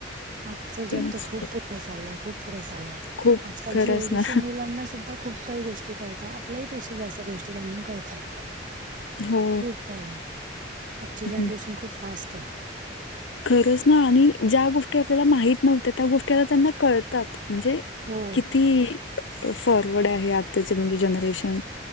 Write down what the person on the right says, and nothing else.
आजचा जग
तर खूप पुढे चाललाय खूप पुढे चाललाय.
आजकालची
एवढीशी
मुलांना सुद्धा खूप काही गोष्टी कळतात आपल्याही पेक्षा जास्त गोष्टी त्यांना कळतात..
खूप काय आहे. आजची जनरेशन
खूप फास्ट आहे.
हो